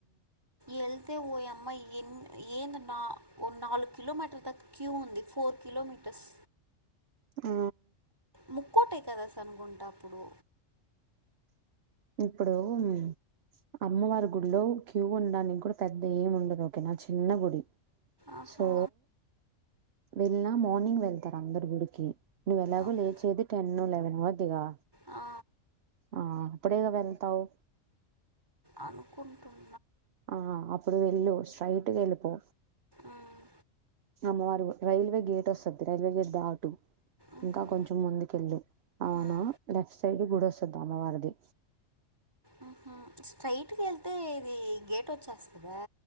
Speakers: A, on the right; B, on the right.
A: వెళ్తే ఓ యమ్మ ఎన్ ఏంది నా ఓ నాలుగు కిలో మీటర్ల దాక క్యూ ఉంది ఫోర్ కిలోమీటర్స్
B: ఆ
A: ముక్కోటి ఏకాదశి అనుకుంటా అప్పుడు
B: ఎప్పుడో ఉన్నాయ్ అమ్మవారి గుడిలో క్యూ ఉండడానికి కూడా పెద్దగా ఏమి ఉండదు ఓకే నా చిన్న గుడి
A: ఆహా
B: సో వెళ్లిన మార్నింగ్ వెళ్తారు అందరు గుడికి నువ్వు ఎలాగో
A: ఓ-
B: లేచేది టెన్ లెవెన్ అవ్వుది గా
A: ఆ
B: ఆ అప్పుడేగా వెళ్తావు
A: అనుకుంటుం
B: ఆ అప్పుడు వెళ్ళు స్ట్రైట్గా వెళ్ళిపో
A: ఉమ్,
B: అమ్మ వారు రైల్వే గేట్ వస్తది రైల్వే గేట్ దాటు
A: ఉహు,
B: ఇంకా కొంచెం ముందుకెళ్ళు అవునా
A: ఉమ్.
B: లెఫ్ట్ సైడ్ గుడో చుద్ది అమ్మవారిది
A: ఉమ్ హు స్ట్రైట్ గా వెళ్తే ఇది గేట్ వచ్చేస్తదా